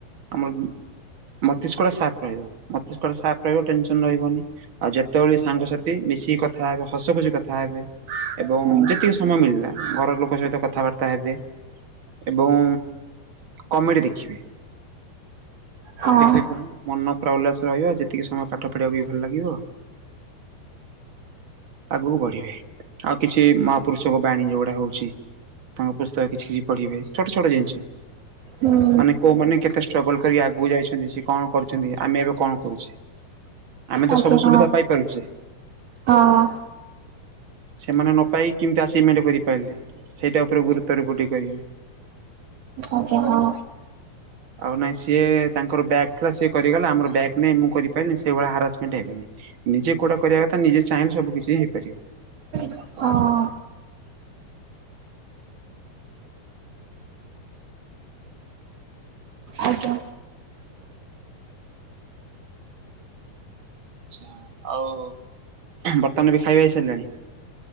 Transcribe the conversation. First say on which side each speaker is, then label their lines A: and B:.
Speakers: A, on the right (about 45°); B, on the right (about 75°).
A: ଆମର ମତିଷ୍କଟା ସାର୍ପ ରହିବ ମସ୍ତିଷ୍କ ସାର୍ପ ରହିବ ଟେନସନ ରହିବନି। ଆଉ ଯେତେବେଳେ ସାଙ୍ଗସାଥି ମିଶିକି କଥା ହେବେ ହସ ଖୁସି କଥା ହେବେ ଏବଂ
B: ହୁଁ
A: ଯେତିକି ସମୟ ମିଳିଲା ଘର ଲୋକ ସହିତ କଥାବାର୍ତ୍ତା ହେବେ। ଏବଂ କମେଡ଼ି ଦେଖିବେ।
B: ହଁ
A: ଦେଖିଲେ କଣ ମନ ପୁରା ଉଲ୍ଲାସ ରହିବ ଯେତିକି ସମୟ ପାଠ ପଢିବାକୁ ବି ଭଲ ଲାଗିବ। ଆଗକୁ ବଢିବେ ଆଉ କିଛି ମହାପୁରୁଷଙ୍କ ବାଣୀ ଯୋଉଗୁଡା ହଉଛି ତାଙ୍କ ପୁସ୍ତକ କିଛି କିଛି ପଢିବେ ଛୋଟ ଛୋଟ ଜିନିଷ।
B: ହୁଁ
A: ମାନେ କୋଉମାନେ କେତେ ଷ୍ଟ୍ର୍ରଗଲ କରି ଆଗକୁ ଯାଇଛ ଛନ୍ତି, ସେ କଣ କରୁଛନ୍ତି, ଆମେ ଏବେ କଣ କରୁଛେ? ଆମେ ତ
B: ଆଜ୍ଞା
A: ସବୁ ସୁବିଧା
B: ହଁ
A: ପାଇପାରୁଛେ
B: ହଁ
A: ସେମାନେ ନ ପାଇ କେମିତି ଆଚିଭମେଣ୍ଟ କରିପାରିଲେ, ସେଇଟା ଉପରେ ଗୁରୁତ୍ୱାରୋପ ଟିକେ କରିବେ।
B: ଆଜ୍ଞା ହଁ।
A: ଆଉ ନାଇଁ ସିଏ ତାଙ୍କର ବ୍ୟାକ୍ ଥିଲା ସେ କରିଗଲେ, ଆମର ବ୍ୟାକ୍‌ ନାଇଁ ମୁଁ କରିପାରିଲିନି, ସେଇଭଳିଆ ହାରାସମେଣ୍ଟ ହେବେନି। ନିଜେ କୋଉଟା କରିଆ କଥା, ନିଜେ ଚାହିଁଲେ ସବୁ କିଛି ହିଁ ହେଇପାରିବ।
B: ହଁ। ଆଜ୍ଞା।
A: ଆଚ୍ଛା। ଆଉ ବର୍ତ୍ତମାନ ବି ଖାଇବା ହେଇସାରିଲାଣି?